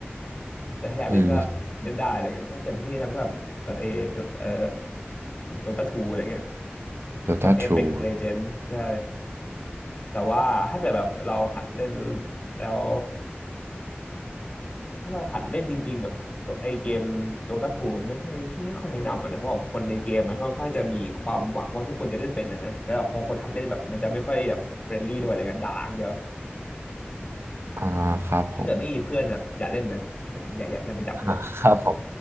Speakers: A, on the left; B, on the right.
A: ำแต่ถ้าอยากเล่นก็เล่นได้อะไรเงี้ยถ้าเกิดที่แนะนำก็แบบ
B: อืม
A: .A เอ่อ Dota 2อะไรเงี้ย
B: Dota
A: กับ Apex
B: 2
A: Legends ใช่แต่ว่าถ้าเกิดแบบเราหัดเล่นแล้วถ้าเราหัดเล่นจริงๆแบบตัวไอเกม Dota 2มันไม่ค่อยพี่ไม่ค่อยแนะนำอะนะเพราะแบบคนในเกมมันค่อนข้างจะมีความหวังว่าทุกคนจะเล่นเป็นนะนะแต่แบบพอคนหัดเล่นแบบมันจะไม่ค่อยแบบเฟรนลี่ด้วยอะไรกันด่าอย่างเดียว
B: อ่าครับผม
A: ถ้าเกิดไม่มีเพื่อนแบบอย่าเล่นเลยเหมือนอย่าอย่าอย่าไปจับมันเลย
B: อ่าครับผม